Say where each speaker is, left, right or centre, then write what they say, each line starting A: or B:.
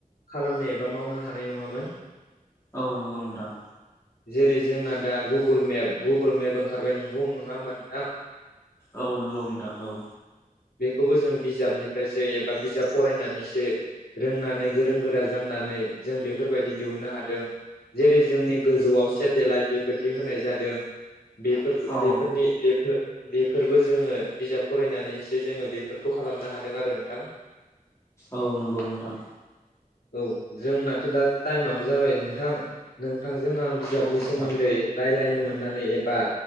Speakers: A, on the left; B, on the left.
A: खालामनो एबा मावनो हानाय नङामोन।
B: औ नंगौ नोंथां।
A: <inaudible> जेरै जोंना दा गुगोल मेप गुगोल मेप ओंखारबाय नोंगौ नङा होमबा नोंथां।
B: औ नंगौ नोंथां औ।
A: बेखौबो जों बिजाबनिफ्रायसो एबा बिजाब फरायनानैसो रोंनानै गोरों गोरा जांनानै जों बेफोरबादि दिहुननो हादों। जेरै जोंनि गोजौआव सेटेलाइट बेफोरबादि होनाय जादों। बे बेफोरखौ
B: औ
A: बेफोर बेफोरबो जोङो बिजाब फरायनानैसो जोङो बेफोरखौ खालामनो हादों आरो नोंथां।
B: औ नंगौ नोंथां।
A: औ जोंनाथ' दा टाइमाबो जाबाय नोंथां नोंथांजों आं बिजाबनि
B: औ नोंथां
A: सोमोन्दै रायज्लायनो मोननानै एबा